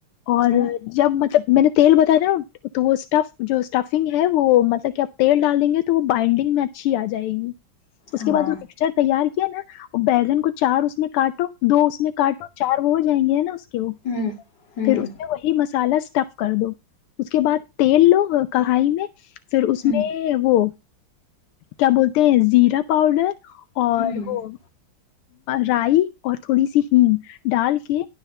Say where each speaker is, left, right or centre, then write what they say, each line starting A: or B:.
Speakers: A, on the left (about 85°); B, on the left (about 55°).
A: اور
B: ہاں
A: جب مطلب میں نے تیل بتایا تھا نا تو وہ اسٹف جو اسٹفنگ ہے وہ مطلب کہ آپ تیل ڈال دیں گے تو وہ بائنڈنگ میں اچھی آ جائے گی اس
B: ہاں
A: کے بعد جو ایکسٹرا تیار کیا <unintelligible> بیگن کو چار اس نے کاٹو دو اس میں کاٹو چار ہو جائیں گے نا اس کے
B: ہوں ہوں
A: پھر اس میں وہی مصالحہ سٹف کر دو اس کے بعد تیل لو کڑاہی میں پھر
B: ہوں
A: اس میں وہ کیا بولتے ہیں زیرا پاؤڈر اور
B: ہوں ہوں
A: وہ رائی اور تھوڑی سی ہگ ڈال کے